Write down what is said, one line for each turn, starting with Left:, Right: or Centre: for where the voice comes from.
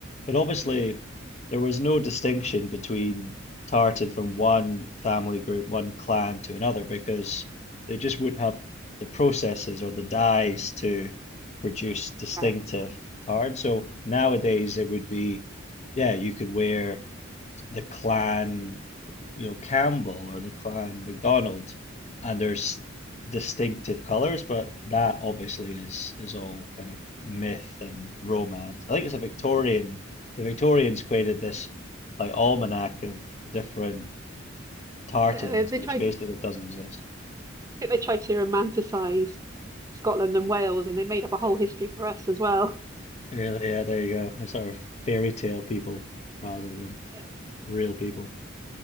Left: But obviously, there was no distinction between tartan from one family group, one clan to another, because they just wouldn't have the processes or the dyes to produce distinctive
Right: right.
Left: tartan. So nowadays, it would be, yeah, you could wear the clan, you know, Campbell or the clan MacDonald, and there's distinctive colors, but that obviously is is all kind of myth and romance. I think it's a Victorian. The Victorians created this like almanac of different tartans,
Right: Yeah, they, they
Left: which
Right: tried.
Left: basically
Right: I
Left: doesn't exist.
Right: think they tried to romanticize Scotland and Wales, and they made up a whole history for us as well.
Left: Really, yeah, there you go. They're sort of fairy tale people rather than
Right: Yeah,
Left: real people.